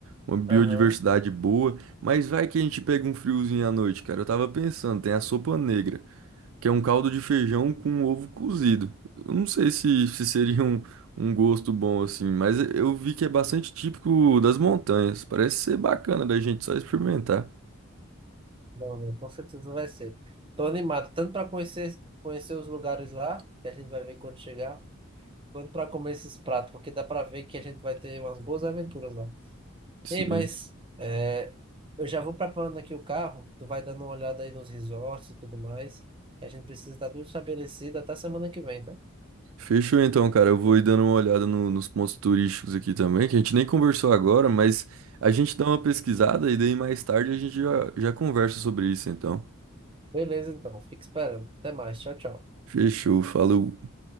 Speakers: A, on the right; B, on the right.
A: uma biodiversidade
B: Aham,
A: boa. Mas vai que a gente pega um friozinho à noite, cara. Eu tava pensando, tem a sopa negra. que é um caldo de feijão com ovo cozido. Eu não sei se, se seria um, um gosto bom assim, mas eu vi que é bastante típico das montanhas. Parece ser bacana da gente só experimentar.
B: Não, não, com certeza não vai ser. Tô animado, tanto pra conhecer, conhecer os lugares lá, que a gente vai ver quando chegar, quanto pra comer esses pratos, porque dá pra ver que a gente vai ter umas boas aventuras lá.
A: Sim.
B: Ei, mas é, eu já vou preparando aqui o carro. Tu vai dando uma olhada aí nos resorts e tudo mais. E a gente precisa estar tudo estabelecido até semana que vem, tá?
A: Fechou então, cara. Eu vou ir dando uma olhada no- nos pontos turísticos aqui também, que a gente nem conversou agora, mas a gente dá uma pesquisada e daí mais tarde a gente já, já conversa sobre isso, então.
B: Beleza, então. Fica esperando. Até mais. Tchau, tchau.
A: Fechou, falou.